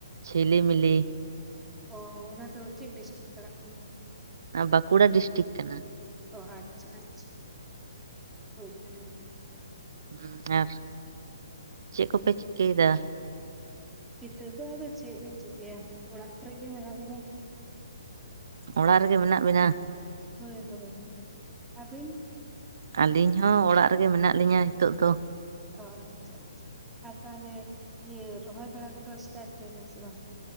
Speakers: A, on the right; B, in the centre.
A: ᱡᱷᱤᱞᱤᱢᱤᱞᱤ
B: ᱚ ᱚᱱᱟ ᱫᱚ ᱪᱮᱫ ᱰᱤᱥᱴᱤᱠ ᱯᱟᱲᱟᱜ ᱠᱟᱱᱟ?
A: ᱵᱟᱸᱠᱩᱲᱟ ᱰᱤᱥᱴᱤᱠ ᱠᱟᱱᱟ
B: ᱚ ᱟᱪᱪᱷᱟ ᱟᱪᱪᱷᱟ ᱵᱩᱡᱷ ᱫᱟᱨᱮᱭᱟ ᱫᱟᱞᱤᱧ
A: ᱦᱩᱸ ᱟᱨ ᱪᱮᱫ ᱠᱚᱯᱮ ᱪᱤᱠᱟᱹᱭᱮᱫᱟ?
B: ᱱᱤᱛᱚᱜ ᱫᱚ ᱟᱫᱚ ᱪᱮᱫ ᱵᱤᱱ ᱪᱤᱠᱟᱹᱭᱟ ᱚᱲᱟᱜ ᱠᱚᱨᱮ ᱜᱮ ᱢᱮᱱᱟᱜ ᱞᱮᱧᱟᱸ
A: ᱚᱲᱟᱜ ᱨᱮᱜᱮ ᱢᱮᱱᱟᱜ ᱵᱮᱱᱟ
B: ᱦᱳᱭ ᱦᱳᱭ ᱟᱹᱵᱤᱱ?
A: ᱟᱹᱞᱤᱧ ᱦᱚᱸ ᱚᱲᱟᱜ ᱨᱮᱜᱮ ᱢᱮᱱᱟᱜ ᱞᱤᱧᱟ ᱦᱤᱛᱚᱜ ᱫᱚ
B: ᱚ ᱟᱪᱪᱷᱟ ᱟᱪᱪᱷᱟ ᱟᱨ ᱛᱟᱦᱚᱞᱮ ᱤᱭᱟᱹ ᱨᱚᱦᱚᱭ ᱵᱟᱲᱟ ᱠᱚᱫᱚ ᱮᱥᱴᱟᱴ ᱦᱩᱭᱱᱟ ᱥᱮ ᱵᱟᱝ?